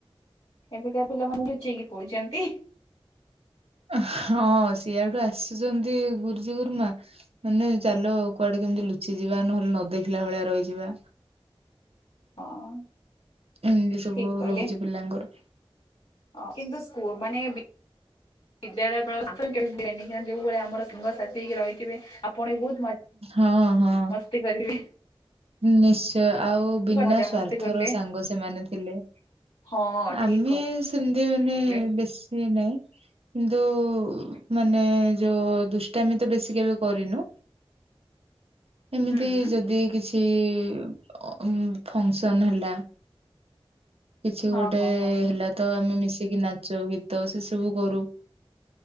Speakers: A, on the left; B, on the right.
A: ଏବେକା ପିଲାମାନୋନ ଲୁଚେଇକି ପଡୁଛନ୍ତି।
B: ହଁ ସିଏ ଆଉଠୁ ଆସୁଛନ୍ତି ଗୁରୁ ଗୁର୍ମା ମାନେ ଚାଲ କୁଆଡେ କେମିତି ଲୁଚିଯିବା ନହେଲେ ନ ଦେଖିଲା ଭଳିଆ ରହିଯିବା।
A: ହଁ
B: ଏମିତି ସବୁ
A: ଠିକ କହିଲେ।
B: ରହିଛି ପିଲାଙ୍କର।
A: କିନ୍ତୁ ସ୍କୁ ମାନେ।। ବିଦ୍ୟାଳୟ ଯୋଉ ଭଳି ଆମର ସାଙ୍ଗ ସଥି ହେଇକି ରହିଥିବେ ଆପଣ ବି ବହୁତ ମ
B: ହଁ ହଁ।
A: <unintelligible> କରିବି।
B: ନିଶ୍ଚୟ ଆଉ ବିନା
A: ମଜା
B: ସ୍ଵାର୍ଥର
A: ମସ୍ତି କଲେ
B: ସାଙ୍ଗ ସେମାନେ ଥିଲେ।
A: ହଁ ଠିକ
B: ଆମେ ସେମତି ମାନେ
A: କହିଲେ
B: ବେଶୀ ନାଇଁ କିନ୍ତୁ ମାନେ ଯୋଉ ଦୁଷ୍ଟାମି ତ ବେଶୀ କେବେ କରିନୁ ଏମିତି
A: ହୁଁ।
B: ଯଦି କିଛି ଅ ଫଙ୍କସନ ହେଲା କିଛି
A: ହଁ
B: ଗୋଟେ
A: ହଁ ହଁ
B: ହେଲା ତ ଆମେ ମିଶିକି ନାଚ ଗୀତ ସେ ସବୁ କରୁ।